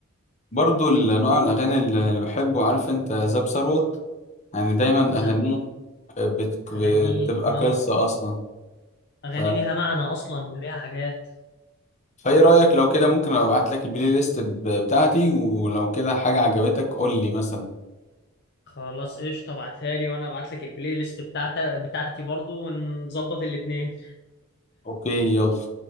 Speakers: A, on the left; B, on the left.
A: برضو ال- نوع الاغاني اللي اللي بحبه عارف انت زاب ثروت يعني دايما
B: بالظبط
A: اغانيه
B: اه
A: بت-
B: اغاني
A: بتبقى
B: اه
A: قصة أصلا
B: اغاني
A: ف-
B: ليها معنى اصلا وليها حاجات
A: فايه رأيك لو كده ممكن ابعت لك البلاي ليست ب- بتاعتي ولو كده حاجة عجبتك قول لي مثلا
B: خلاص قشطه ابعتها لي وانا ابعت لك البلاي ليست بتاعتي بتاعتي برضو ونظبط الاتنين
A: اوكي يلا